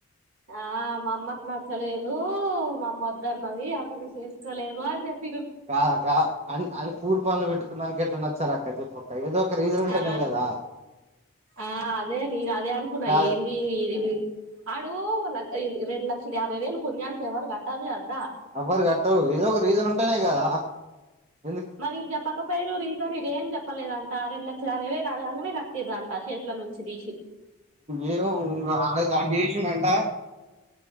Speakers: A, on the right; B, on the right.
A: ఆ మా అమ్మకి నచ్చలేదు మా అమ్మ వద్దన్నది అందుకే చేసుకోలేదు అని చెప్ప
B: కాద అక్క ఆ పూలు పండ్లు పెట్టుకున్నాంక ఎందుకు నచ్చరూ అక్క చెప్పక్క ఏదో ఒక రీజన్ ఉంటేనే
A: ఆ
B: కదా
A: ఆ అదే నేను అదే అనుకున్నా
B: కాదు
A: ఏంది ఏది ఆడు ల రెండు లక్షల యాభై వేలు పుణ్యానికి ఎవరు కట్టారు కదరా
B: ఎవ్వరు కట్టరు ఏదో ఒక రీజన్ ఉంటెనే కదా ఎందుకు
A: మరి చెప్పకపోయిరు రీజన్ ఇది ఏం చెప్ప లేదంట ఆరెల్ళ అడిగేది అడగంగానే కట్టిరదంట చేతుల నుంచి తీసి
B: ఏమో <unintelligible>